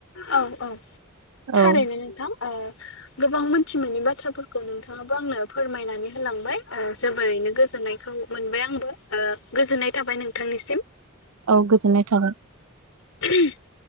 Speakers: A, on the left; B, on the right.
A: औ औ
B: औ
A: थारैनो नोंथां गोबां मोनथि मोननि बाथ्राफोरखौ नोंथाङाबो आंनो फोरमायनानै होलांबाय जोबोरैनो गोजोननायखौ मोनबाय आंबो गोजोननाय थाबाय नोंथांनिसिम
B: औ गोजोननाय थाबाय
A: औ